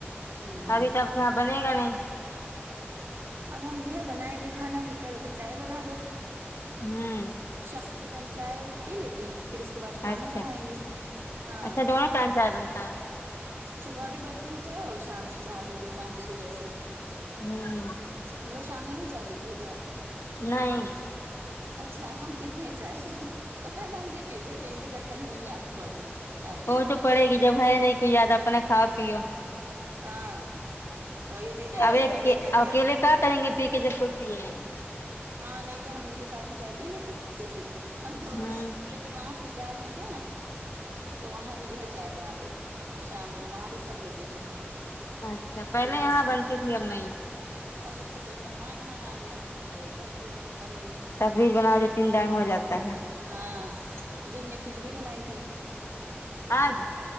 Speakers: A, on the right (about 70°); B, on the left (about 80°).
A: ہوں
B: ابھی تب کیا بنے گا نہیں
A: اب ہم جو ہے بنائیں گے کھانا ہی کہہ رہے تھے چائے بنا دو
B: ہوں
A: شام کے ٹائم چائے پی لیتے ہیں پھر اس کے بعد کھانا
B: اچھا
A: چڑھائیں گے ہاں
B: اچھا دونوں ٹائم چائے بنتا ہے
A: صبح بھی بنتی ہے چائے اور شام میں چار بجے پانچ بجے جیسے
B: ہوں
A: تم نہ شام میں بھی چائے پیتی ہو کیا
B: نہیں
A: اچھا ہم پیتے ہیں چائے ہتہ میں ان کے پیتے تھے کے چکر میں میری عادت پڑ گئی چائے پینے
B: وہ
A: کی
B: تو پڑے گی جب ہے نہیں کوئی زیادہ اپنا کھاؤ پیو
A: ہاں تو یہ بھی کہے
B: اب
A: تھے
B: ایک
A: تو
B: کے
A: کپ
B: اکیلے کیا کریں گے پی کے جب کوئی پیگا نہی
A: ہاں نہیں تو ہم ان کے ساتھ میں چائے یی لیتے ہم دونوں
B: ہوں
A: لوگ لیکن وہاں سسرال میں تھے ہم تو وہاں بھی جو ہے چائے بناتے تھے شام میں وہاں بھی سب لوگ پیتے تھے
B: اچھا پہلے
A: صبح
B: یہاں
A: شام
B: بنتی تھی اب نہیں
A: اور جیسے کوئی مہمان ومان آ گیا تو چلو تب پھر بن گئی
B: تب یج بنا دیتی ہوں ٹائم ہوجاتا ہے
A: ہاں دن میں کھچڑی بنائی تھی
B: آج